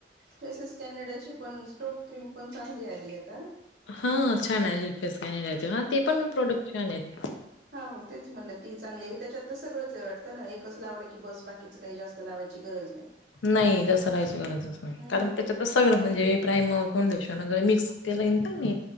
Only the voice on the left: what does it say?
हां छान आली फेस कॅनडाची ना ते पण प्रोडक्ट छानेत.
नाही जास्त लावायची गरजच नाही
कारण त्याच्यात सगळं म्हणजे प्रायम फाउंडेशन वगरे मिक्स केलय ना मी.